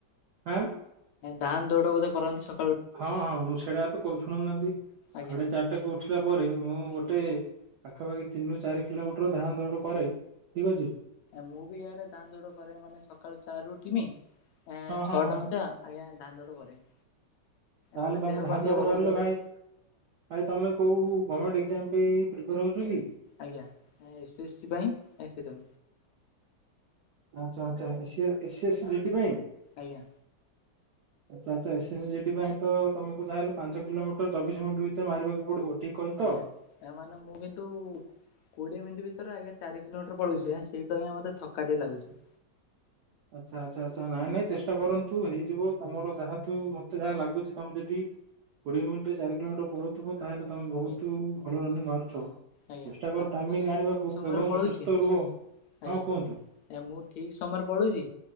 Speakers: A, on the right (about 75°); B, on the left (about 80°).
A: ଆଁ
B: ଧାନ ଦୌଡ ବୋଧେ କରନ୍ତି ଶ
A: ହଁ ହଁ ମୁଁ ସେଇଟା ତ କରୁ ଛୁଣୁନାହାନ୍ତି ସାଢେ
B: ଆଜ୍ଞା
A: ଚାରିଟା କୁ ଉଠିଲା ପରେ ମୁଁ ଗୋଟେ।
B: ଆଜ୍ଞା
A: ପାଖାପାଖି ତିନ ରୁ ଚାର କିଲୋମିଟର ଧାନ୍ ଦୌଡ। କରେ ଠିକ ଅଛି।
B: ମୁଁ ବି ଇଆଡେ ଧାନ ଦୌଡ କରେ ମାନେ ସକାଳୁ ଚାରି ରୁ ଉଠିମି। ଏଁ
A: ହଁ ହଁ
B: ଛଅଟା
A: ହଁ।
B: ପଞ୍ଚା ଆଜ୍ଞା ଧାନ ଦୌଡ କରେ।
A: ତାହେଲେ
B: ମାନେ
A: ତମେ
B: ଦେହ
A: ଧାନ
B: ପା ଟିକେ
A: ଦୌଡ
B: ଭଲ
A: କରିଲେ
B: ରହିବ
A: ଭାଇ ଭାଇ ତମେ କୋଉ। ଗମେଣ୍ଟ ଏକ୍ଜାମ ପାଇଁ ପ୍ରିପେୟାର ହଉଛ କି।
B: ଆଜ୍ଞା ଏସ ଏସ ସି ପାଇଁ ଏସ <unintelligible>
A: ଆଚ୍ଛା ଆଚ୍ଛା AC A T C S G T ପାଇଁ।
B: ଆଜ୍ଞା।
A: <inaudible> ଆଚ୍ଛା ଆଚ୍ଛା ଏସ୍ ଏସ ଜି ଡି ପାଇଁ ତ ତମକୁ ଯା ହେଲେ ପାଞ୍ଚ କିଲୋମିଟର ଚବିଶ ମିନିଟ୍ ଭିତରେ ମାରିବାକୁ ପଡିବ। ଠିକ କହିଲି ତ?
B: ଆଜ୍ଞା ଏ ମାନେ ମୁଁ କିନ୍ତୁ କୋଡିଏ ମିନିଟ୍ ଭି ରେ ଆଜ୍ଞା ଚାରି କିଲୋମିଟର ପଳଉଚି ଆଁ ସେଇଟା ହିଁ ମତେ ଥକା ଟିକେ ଲାଗୁଛି।
A: ଆଚ୍ଛା ଆଚ୍ଛା ଆଚ୍ଛା ନାଇଁ ନାଇଁ ଚେଷ୍ଟା କରନ୍ତୁ ହେଇଯିବ ତମର ଯାହା ତୁ ମତେ ଯାହା ଲାଗୁଛି ତମେ ଯଦି କୋଡ଼ିଏ ମିନିଟରେ ଚାରି କିଲୋମିଟର ପଳଉଥିବୁ ତାହେଲେ ତମେ ବହୁତ
B: ଆଜ୍ଞା
A: ଭଲ ରନିଂ ମାରୁଛ।
B: ଆଜ୍ଞା
A: ଚେଷ୍ଟା କର
B: ମାନେ
A: ଟାଇମିଙ୍ଗ
B: ମୁଁ ଆଜ୍ଞା
A: ଆଣିବାକୁ
B: ସମୟରେ
A: ଏବଂ
B: ପଳଉଛି
A: ସୁସ୍ଥ ରୁହ। ହଁ
B: ଆଜ୍ଞା
A: କୁହନ୍ତୁ।
B: ଏ ମୁଁ ଠିକ ସମୟରେ ପଳଉଚି।